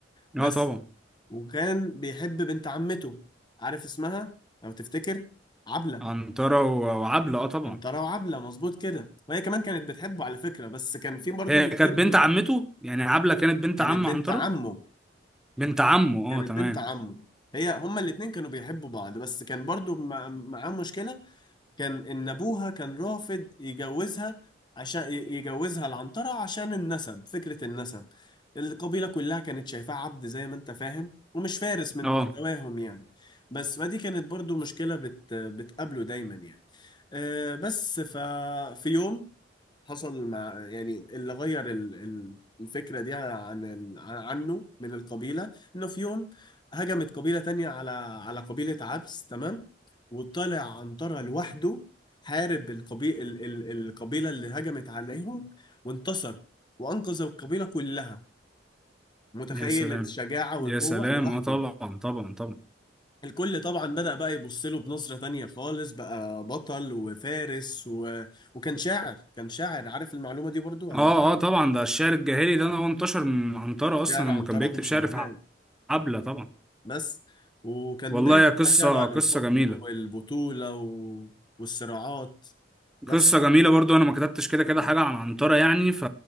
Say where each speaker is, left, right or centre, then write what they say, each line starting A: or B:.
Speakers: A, on the left; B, in the centre.
A: بس
B: اه طبعا
A: وكان بيحب بنت عمته عارف اسمها لو تفتكر عبلة
B: عنتره و- وعبله اه طبعا
A: أمطرة وعبلة مظبوط كده وهي كمان كانت بتحبه على فكرة بس كان في برضه
B: هي
A: مشكلة
B: كانت بنت عمته يعني عبله كانت بنت
A: كانت
B: عم عنتره
A: بنت عمه
B: بنت عمه اه
A: كانت
B: تمام
A: بنت عمه هي هما الاتنين كانوا بيحبوا بعض بس كان برضه مع- معاه مشكلة كان ان ابوها كان رافض يجوزها عشان ي- يجوزها العنترة عشان النسب فكرة النسب القبيلة كلها كانت شايفاه عبد زي ما انت فاهم ومش فارس من
B: اه
A: مستواهم يعني بس فدي كانت برضو مشكلة بت بتقابله دايما يعني أه بس ففي يوم حصل مع يعني اللي غير ال- ال- الفكرة دي عن ال- عنه من القبيلة إنه في يوم هجمت قبيلة تانية على على قبيلة عبس تمام وطلع عنترة لوحده حارب القبي... ال... ال... القبيلة اللي هجمت عليهم وانتصر وأنقذ القبيلة كلها متخيل
B: يا سلام
A: الشجاعة والقوة
B: يا سلام
A: لوحده
B: اه طبعا طبعا طبعا
A: الكل طبعا بدأ بقى يبص له بنظرة تانية خالص بقى بطل وفارس و... وكان شاعر كان شاعر عارف المعلومة دي برضو
B: اه
A: ولا
B: اه طبعا ده الشعر الجاهلي ده هو انتشر من عنترة اصلا
A: شعره
B: لما
A: عن
B: كان
A: طرب
B: بيكتب
A: بن شاهنان
B: شعر في حبلة طبعا
A: بس وكان
B: والله
A: دايما
B: يا قصة
A: بقى شعره عن
B: قصة
A: الحب
B: جميلة
A: والبطولة و... والصراعات بس
B: قصة جميلة برضو أنا ما كتبتش كده كده حاجة عن عنترة يعني ف...